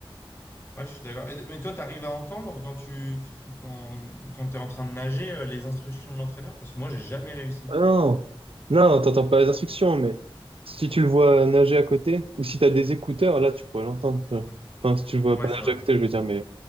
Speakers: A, on the left (about 25°); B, on the right (about 75°).
A: ouais, je suis d'accord. Et- Mais toi, tu arrives à entendre quand tu quand, quand tu es en train de nager euh, les instructions de l'entraîneur? Parce que moi, j'ai jamais réussi.
B: Ah non, non, t'entends pas les instructions, mais si tu le vois nager à côté, ou si tu as des écouteurs, là, tu pourrais l'entendre. tu vois.
A: Hmm.
B: Enfin, si tu le vois
A: Ouais,
B: pas
A: c'est
B: nager
A: vrai.
B: à côté, je veux dire, mais